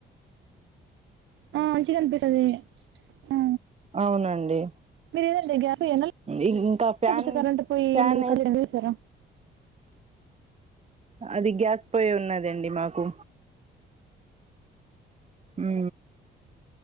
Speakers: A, on the right (about 70°); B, on the right (about 35°).
A: ఆ మంచిగా అనిపిస్తది ఆ
B: అవునండి
A: మీరు ఏదంట గ <unintelligible>
B: ఇం ఇంకా ఫ్యాన్
A: కరంట పోయి
B: ఫ్యాన్ ఏస్
A: కళ్యాణ తీసార
B: అది గ్యాస్ పొయ్యి ఉన్నదండి మాకు ఉ